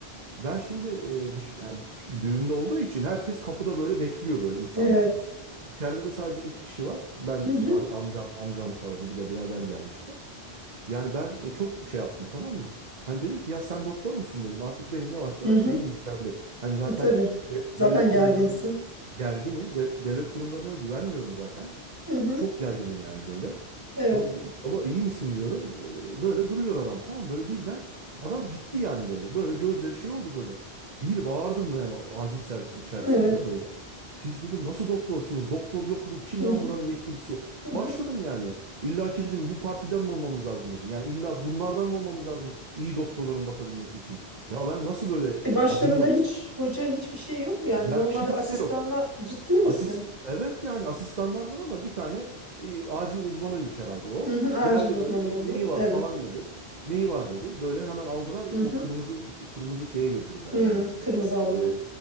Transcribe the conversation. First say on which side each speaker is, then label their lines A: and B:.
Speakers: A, on the right; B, on the right.
A: Ben şimdi e, düş- yani düğünde olduğu için herkes kapıda böyle bekliyor böyle insanlar.
B: Evet.
A: İçeride de sadece iki kişi var. Ben
B: Hı hı.
A: var amcam amcam falan bir de birader gelmişti. Yani ben e, çok şey yaptım tamam mı? Hani dedim ki ya sen doktor musun dedim. Artık benim yavaş yavaş
B: Hı hı.
A: şeyim yükseldi. Hani zaten
B: E, tabii.
A: de-
B: Zaten
A: devlet
B: gerginsin.
A: kurumlarına da gerginim. De- devlet kurumlarına da güvenmiyorum zaten.
B: Hı hı.
A: Çok gerginim yani böyle.
B: Evet.
A: Baba iyi misin diyorum. Ee, Böyle duruyor adam tamam mı? Böyle birden adam gitti yani böyle. Böyle gözleri şey oldu böyle. Bir bağırdım yani acil servisin içerisinde
B: Evet.
A: böyle. Siz dedim nasıl doktorsunuz? Doktor yok bu kim
B: Hı
A: lan
B: hı.
A: buranın yetkilisi?
B: Hı hı.
A: Başladım yani. İlla ki dedim bu partiden mi olmamız lazım dedim. Yani illa bunlardan mı olmamız lazım iyi doktorların bakabilmesi için? Ya ben nasıl böyle
B: E,
A: ya
B: başlarında
A: acımla
B: hiç hoca hiçbir şey yok mu yani?
A: ya
B: Normalde
A: kimse
B: asistanla
A: yok.
B: ciddi misin?
A: Asist evet yani asistanlar var ama bir tane e, acil uzmanıymış herhalde o.
B: Hı hı, acil
A: Geldi
B: uzmanı
A: böyle "Ne-
B: olur.
A: neyi var
B: Evet.
A: falan dedi. Neyi var dedi. Böyle hemen aldılar
B: Hı
A: o
B: hı.
A: kırmızı kırmızı şeye götürdüler
B: Hı,
A: yani
B: kırmızı alana.
A: e,